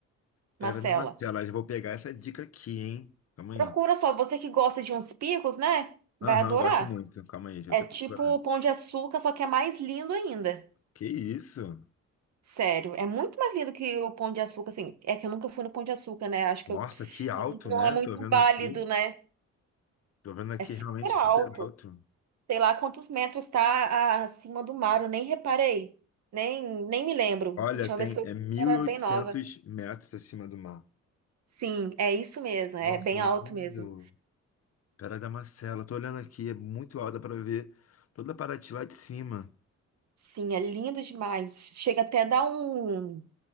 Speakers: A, on the left; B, on the right.
A: Pedra
B: Macela.
A: da Marcela. Já vou pegar essa dica aqui, hein? Calma
B: Procura
A: aí.
B: só, você que gosta de uns picos, né?
A: Aham,
B: Vai adorar.
A: gosto muito. Calma aí, deixa eu
B: É
A: até
B: tipo
A: procurar.
B: o Pão de Açúcar, só que é mais lindo ainda.
A: Que isso?
B: Sério, é muito mais lindo que o Pão de Açúcar, assim. É que eu nunca fui no Pão de Açúcar, né? Acho
A: Nossa,
B: que eu...
A: que alto,
B: não não
A: né?
B: é muito
A: Tô vendo
B: válido,
A: aqui.
B: né?
A: Tô vendo aqui
B: É super
A: realmente
B: alto.
A: super alto.
B: Sei lá quantos metros tá a- acima do mar, eu nem reparei. Nem, nem me lembro.
A: Olha,
B: A última
A: tem
B: vez que eu
A: é
B: fui
A: mil
B: eu era
A: e oitocentos
B: bem nova.
A: metros acima do mar.
B: Sim, é isso mesmo,
A: Nossa,
B: é bem
A: é lindo.
B: alto mesmo.
A: Pedra da Marcela. Tô olhando aqui, é muito alta para ver toda a Paraty lá de cima.
B: Sim, é lindo demais. Chega até a dar um.